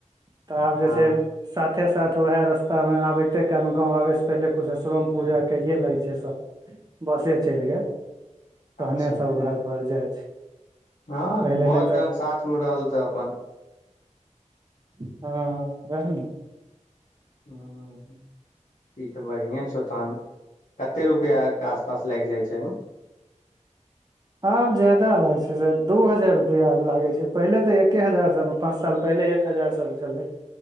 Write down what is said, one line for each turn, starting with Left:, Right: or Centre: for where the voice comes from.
Right: तऽ आब
Left: हँ
Right: जे छै साथे साथ उएह रस्तामे आबिते कहलहुँ गाव आबयसँ पहिले कुशेशरोमे पूजा कइए लै छै सभ बसे चलि गेल
Left: अच्छा
Right: तहने सभ घर पर जाइ छै।
Left: हँ
Right: पहिले
Left: बस
Right: नहि तऽ
Left: जहन साथ मे रहल तऽ अपन।
Right: हँ वेहा न
Left: ह बढ़ए छौ तहन कते रुपआ के आस पास लाग जाय छैमे।
Right: आब जादा लागै छै स दू हजार रुपआ लागै छै पहिले त एके हजार सभ पाँच साल पहिले एक हजार सभ छलै